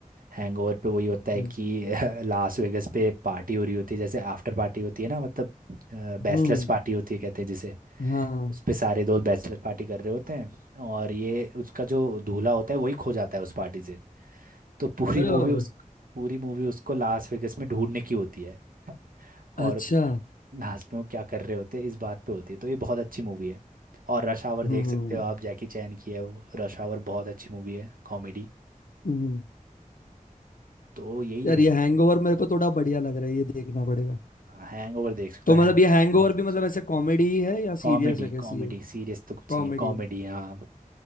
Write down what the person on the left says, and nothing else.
हम्म
हम्म,
हाँ हाँ।
अरे
बाप
रे
अच्छा
हम्म
हम्म
हम्म।
यार
ये
हैंगओवर मेरे को थोड़ा बढ़िया लग रहा है ये देखना पड़ेगा
तो
मतलब
ये हैंगओवर
भी
मतलब ऐसे कॉमेडी ही है या
सीरियस है कैसी
है
कॉमेडी